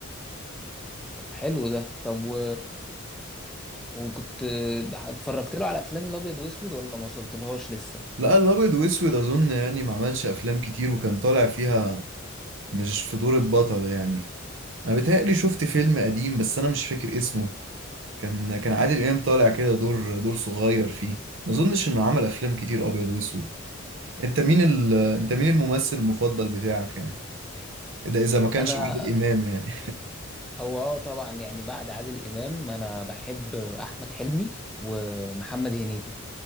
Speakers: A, in the centre; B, on the right.
A: طب حلو ده طب و... وكنت اتفرجت له على افلام الابيض واسود ولا ما وصلت لهاش لسه
B: لا الابيض واسود اظن يعني ما عملش افلام كتير وكان طالع فيها مش في دور البطل يعني انا بيتهيألي شفت فيلم قديم بس انا مش فاكر اسمه كان كان عادل امام طالع كده دور دور صغير فيه ما اظنش انه عمل افلام كتير ابيض واسود انت مين ال... انت مين الممثل المفضل بتاعك يعني ده اذا ما كانش
A: انا
B: عادل امام يعني
A: او اه طبعا يعني بعد عادل امام انا بحب احمد حلمي ومحمد هنيدي